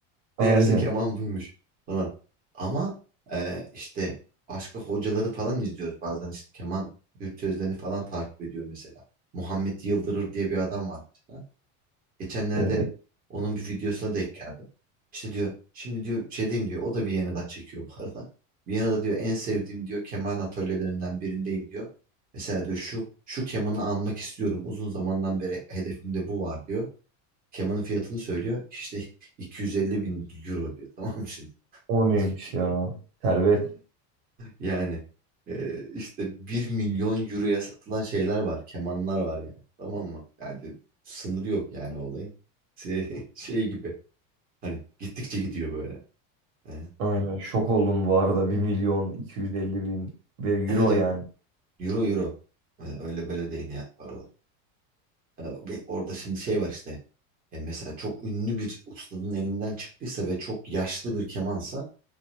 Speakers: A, on the right; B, on the right.
A: Aynen.
B: Meğerse keman buymuş falan. Ama e, işte başka hocaları falan izliyoruz. Bazen işte keman virtüözlerini falan takip ediyorum mesela. Muhammed Yıldırır diye bir adam var mesela. Geçenlerde
A: Evet.
B: onun bir videosuna denk geldim. İşte diyor şimdi diyor şey diyeyim diyor. O da Viyana'dan çekiyor bu arada. Viyana'da diyor en sevdiğim diyor keman atölyelerinden birindeyim diyor. Mesela diyor şu şu kemanı almak istiyorum. Uzun zamandan beri hedefimde bu var diyor. Kemanın fiyatını söylüyor. İşte <laughs> 250 bin euro diyor. <laughs> Tamam mı şimdi?
A: O neymiş
B: <laughs>
A: ya? Servet.
B: Yani e, işte bir milyon euroya satılan şeyler var. Kemanlar var yani. Tamam mı? Yani sınırı yok yani olayın. Şey, <laughs> şey gibi. Hani gittikçe gidiyor böyle. E,
A: Aynen. Şok oldum bu arada. bir milyon iki yüz elli bin ve
B: Evet
A: euro
B: evet.
A: yani.
B: Euro euro. E, Öyle böyle değil yani paralar. E, Ve orada şimdi şey var işte. E, mesela çok ünlü bir ustanın elinden çıktıysa ve çok yaşlı bir kemansa